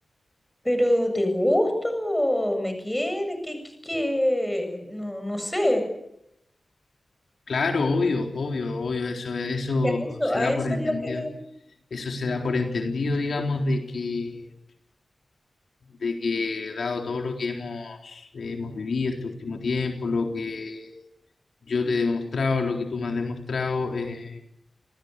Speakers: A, in the centre; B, on the left.
A: Pero ¿te gusto ¿Me quieres? ¿Qué, qué, qué? No, no sé.
B: Claro, obvio, obvio, obvio, eso, eso
A: Y a eso,
B: se
A: a
B: da
A: eso
B: por entendido.
A: es lo que...
B: Eso se da por entendido, digamos, de que, de que dado todo lo que hemos, hemos vivido este último tiempo, lo que yo te he demostrado, lo que tú me has demostrado, eh,